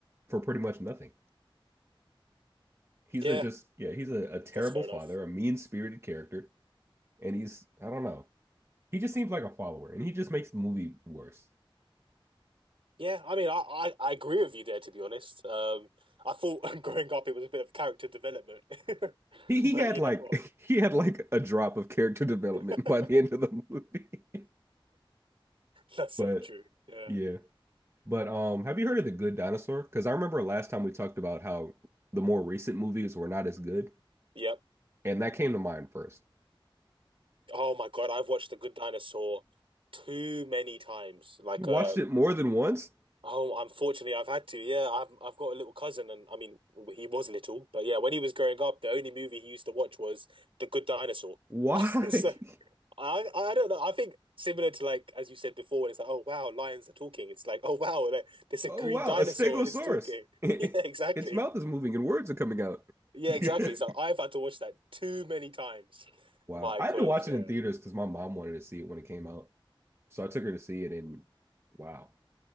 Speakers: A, on the right; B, on the right.
A: for pretty much nothing. He's
B: Yeah,
A: a just, yeah, he's a, a terrible
B: that's fair enough.
A: father, a mean spirited character. And he's, I don't know. He just seems like a follower and he just makes the movie worse.
B: Yeah, I mean, I, I, I agree with you there, to be honest. Um, I thought <laughs> growing up it was a bit of character development, <laughs>
A: He he
B: but
A: had
B: you
A: like
B: know what?
A: <laughs> he had like a drop of character development
B: <laughs>
A: by the end of the movie. <laughs>
B: That's so
A: But
B: true. Yeah.
A: yeah. But um have you heard of The Good Dinosaur? Because I remember last time we talked about how the more recent movies were not as good,
B: Yep.
A: and that came to mind first.
B: Oh my God, I've watched The Good Dinosaur too many times. Like,
A: You watched
B: uh,
A: it more than once?
B: Oh, unfortunately, I've had to. Yeah, I've I've got a little cousin, and I mean, he was little, but yeah, when he was growing up, the only movie he used to watch was The Good Dinosaur.
A: Why?
B: <laughs> And so
A: <laughs>
B: I I don't know. I think similar to like as you said before, when it's like, oh wow, lions are talking. It's like, oh wow, like, there's a
A: Oh
B: green
A: wow,
B: dinosaur
A: a stegosaurus.
B: and it's talking. <laughs> Yeah, exactly.
A: <laughs> Its mouth is moving and words are coming out. <laughs>
B: Yeah, exactly. So I've had to watch that too many times.
A: Wow.
B: My
A: I
B: God,
A: had to watch
B: yeah.
A: it in theaters because my mom wanted to see it when it came out. So I took her to see it and wow.